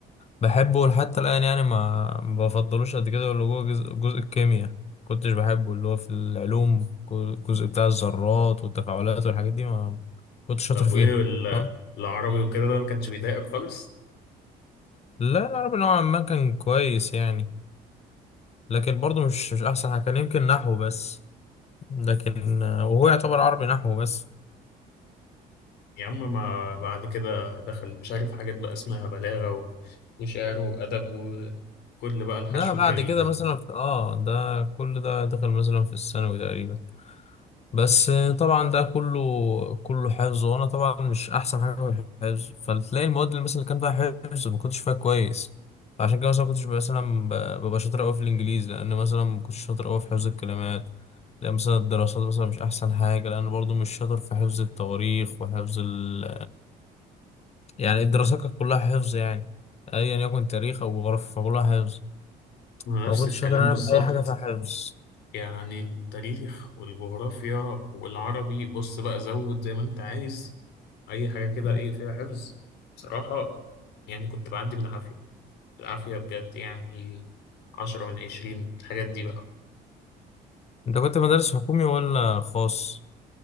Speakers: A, on the left; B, on the left.
A: بحبه لحتى الان يعني ما ما بفضلوش قد كده اللي هو جزء, جزء الكيمياء كنتش بحبه اللي هو في العلوم الجزء بتاع الذرات والتفاعلات والحاجات دي ما كنتش شاطر
B: طب وايه
A: فيها
B: ال-
A: تمام
B: العربي وكده ده ما كانش بيضايقك خالص
A: لا العربي نوعا ما كان كويس يعني لكن برضه مش مش احسن حاجه كان يمكن نحو بس لكن آه، وهو يعتبر عربي نحو بس
B: يا عم ما بعد كده دخل مش عارف حاجات بقى اسمها بلاغه و- وشعر وادب وكل بقى الحشو
A: ده بعد
B: الجميل
A: كده
B: ده
A: مثلا في اه ده كل ده دخل مثلا في الثانوي تقريبا بس آه، طبعا ده كله كله حفظ وانا طبعا مش احسن حاجه في الحفظ فتلاقي المواد اللي مثلا كان فيها حفظ ما كنتش فيها كويس عشان كده مثلا ما كنتش مثلا ب- ببقى شاطر قوي في الانجليزي لان مثلا ما كنتش شاطر قوي في حفظ الكلمات لان مثلا الدراسات مثلا مش احسن حاجه لان برضو مش شاطر في حفظ التواريخ وحفظ ال يعني الدراسات كانت كلها حفظ يعني ايا يكن تاريخ او جغرافيا فكلها حفظ
B: أنا نفس
A: ما كنتش
B: الكلام
A: شاطر انا
B: بالظبط
A: في اي حاجه في الحفظ
B: يعني التاريخ والجغرافيا والعربي بص بقى زود زي ما انت عايز اي حاجة كده
A: مم.
B: ايه فيها حفظ بصراحة يعني كنت بعدي بالعافية بالعافية بجد يعني عشرة من عشرين الحاجات دي بقى
A: انت كنت مدارس حكومي ولا خاص